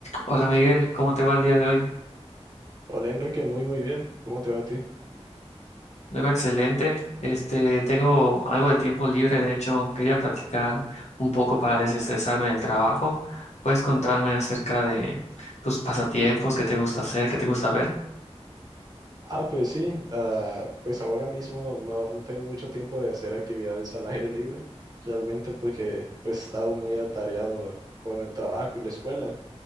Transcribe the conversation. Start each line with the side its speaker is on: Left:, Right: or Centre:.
Left: Hola Miguel, ¿cómo te va el día de hoy?
Right: Hola Enrique, muy muy bien. ¿Cómo te va a ti?
Left: Yo excelente. Este, tengo algo de tiempo libre, de hecho, quería platicar un poco para desestresarme del trabajo. ¿Puedes contarme acerca de tus pasatiempos, qué te gusta hacer, qué te gusta ver?
Right: Ah, pues sí, ah, pues ahora mismo no, no tengo mucho tiempo de hacer actividades al aire libre, realmente porque pues he estado muy atareado con el trabajo y la escuela,